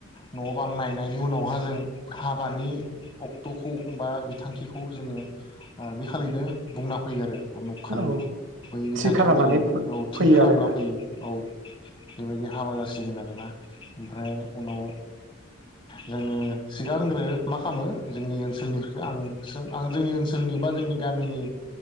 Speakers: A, on the left; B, on the right.
A: न' बां नायनायनि उनावहा जों हाबानि अक्ट'खौ बा बिथांखिखौ जोङो ओ बे खालिनो बुंना फैयो आरो। उमुख खालि
B: औ
A: बै बिथांखियाव
B: थि खालामनानै
A: जों औ थि
B: फैयो
A: खालामना
B: आरोना
A: फैयो औ। बेबायदि हाबा जासिगोन आरोना ओमफ्राय उनाव जोङो सिगांग्रो मा खालामो जोंनि ओनसोलनि आं जों आं जोंनि ओनसोलनि बा जोंनि गामिनि